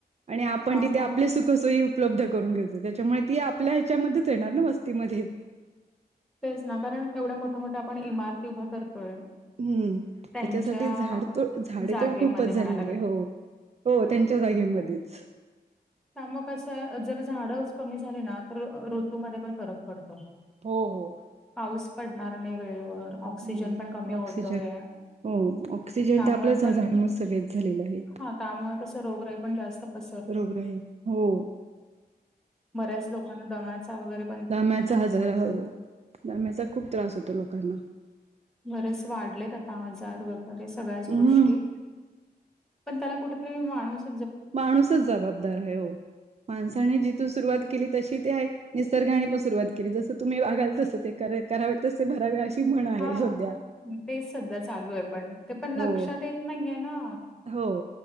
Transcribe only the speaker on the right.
आणि आपण
तिथे आपली सु सोयी उपलब्ध करून घेतो त्याच्यामुळे ती आपल्या ह्याच्यामध्येच येणार ना वस्तीमध्ये.
हम्म
त्याच्यासाठी झाडतोड झाडेेतोड
खूपच
झाली
हो. हो त्यांच्या जागे मध्येच.
हो हो.
हम्म
ऑक्सिजन हो ऑक्सिजन
तर आपल्या झा
झाडमुळे सगळच झालेलं आहे.
रोगराई हो.
दाम्याचा आजारा हो दाम्याचा खूप त्रास होतो लोकांना
हम्म
माणूसच जबाबदार आहे हो माणसाने जिथून सुरुवात केली तशी ते आहे. निसर्गाने पण सुरुवात केली जसं तुम्ही वाघाल तस ते करावे तस ते भरावे म्हण आहे
सध्या
हो
हो